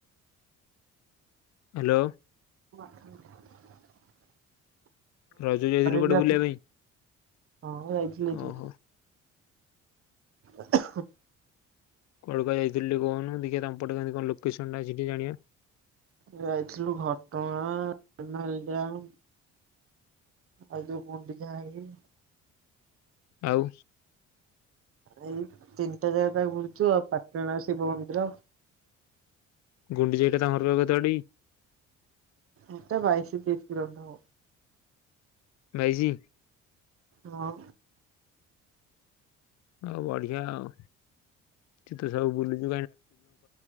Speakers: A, on the left; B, on the right.
A: ହାଲୋ।
B: <inaudible>
A: ରଜ ରେ ଯାଇଥିଲୁ କୁଆଡେ଼
B: ବି ରଖନ୍ତି
A: ବୁଲିବା ପାଇଁ।
B: ହଁ ଯାଇଥିଲି।
A: ଓହୋ
B: <inaudible>
A: କଳକା ଯାଇଥିଲି କହନୁ ଦେଖିବା ତାଙ୍କପଟ କଣ ଲୋକେସନ ଟା ସେିକି ଜାଣିବା।
B: ଯାଇଥିଲୁ ଘଟଗାଁ ନାଳି ଡ୍ୟାମ୍ ଆଇ ଯଉ ଗୁଣ୍ଡିଚା ନାଗି।
A: ଆଉ
B: ଏ ତିନି ଜାଗା ପାଇଁ ବୁଲିଛୁ ଆଉ ପାଟଣାସୁ ଶିବ ମନ୍ଦିର।
A: ଗୁଣ୍ଡି ଯେଇଟା ତା ଘର କେତେ ବାଟ କି।
B: ଏଟା ବାଇଶ ତତିଶ କିଲୋ ଦେବ।
A: ବାଇଶି?
B: ହଁ।
A: ଆଉ ବଢିଆ ଆଉ ତୁ ତ ସବୁ ବୁଲୁଛୁ